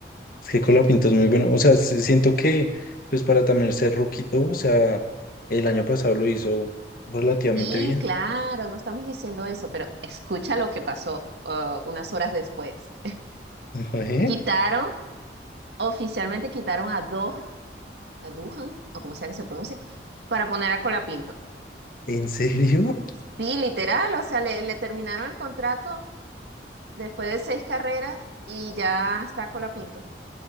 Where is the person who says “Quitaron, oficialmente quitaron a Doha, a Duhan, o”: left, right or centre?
Right